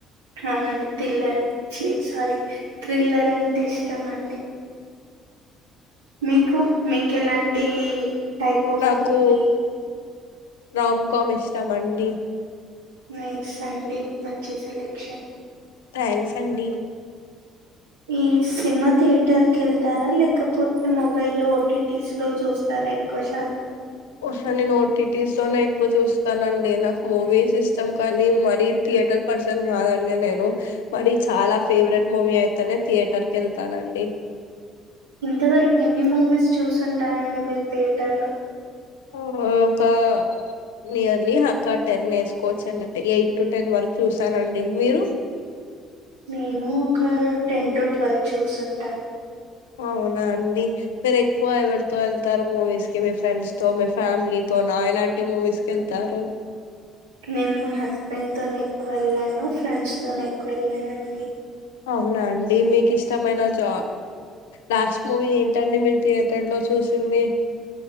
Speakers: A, on the right; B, on the left.
A: అవునండి థీల్లర్ ఛీ సారీ థ్రిల్లర్ అంటే ఇష్టం అండి. మీకు మీకు ఎలాంటి. టైప్ ఆఫ్
B: నాకు
A: మూవీ
B: రామ్కామ్ ఇష్టాం అండి.
A: నైస్ అండి మంచి సెలెక్షన్.
B: థ్యాంక్స్ అండి
A: ఈ సినిమా థియేటర్ కి వెళ్తారా. లేకపోతే మొబైల్ ఓటీటీస్. లో చూస్తారా ఎక్కువ శాతం.
B: హ నేను ఓటీటీస్ లోనే ఎక్కువ చూస్తానండి నాకు మూవీస్ ఇష్టం కానీ మరీ థి. థియేటర్ పర్సన్ కాదండి. నేను మరి చాలా ఫేవరెట్ మూవీ అయితేనే థియేటర్ కి వెళ్తానండి.
A: ఇంతవరకు ఎన్ని మూవీస్ చూసింటారండి మీరు థియేటర్లో.
B: ఆహ్ ఒకా. నియర్లీ ఒక్క టెన్ వేసుకోవచ్చు అండి. ఎయిట్ టు టెన్ వరకు చూసానండి. మీరు
A: నేను ఒక టెన్ టు ట్వెల్వ్ చూసుంటాను.
B: అవునా అండి మీరు ఎక్కువ ఎవరితో వెళ్తారు. మూవీస్ కి మీ ఫ్రెండ్స్ తో మీ ఫ్యామిలీతో. తోనా ఏలాంటి మూవీస్కెళ్తారు.
A: నేను మా హస్బెండ్ తో ఎక్కువ వెళ్ళాను ఫ్రెండ్స్ తోనే ఎక్కువ వెళ్ళానండి
B: అవునా అండి మీకు ఇష్టమైన జ లాస్ట్ మూవీ ఏంటండి మీరు థియేటర్ లో చూ సింది